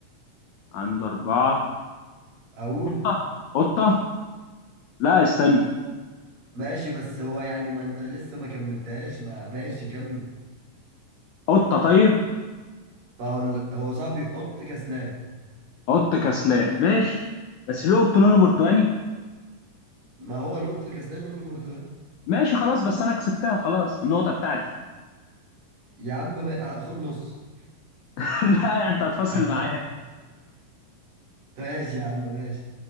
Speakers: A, on the left; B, on the right.
A: عنده أربعة
B: أقول
A: قطة قطة لا استنى
B: ماشي بس هو يعني ما أنت لسه ما كملتهاش ما ماشي كمل
A: قطة طيب
B: ما هو ال- هو صاحبي قط كسلان
A: قط كسلان ماشي بس في قط لونه برتقاني
B: ما هو القط الكسلان لونه برتقاني
A: ماشي خلاص بس أنا كسبتها خلاص النقطة بتاعتي
B: يا عم ما... خد نص
A: <laughs> لا يعني أنت هتفاصل
B: <laughs>
A: معايا
B: ماشي يا عم ماشي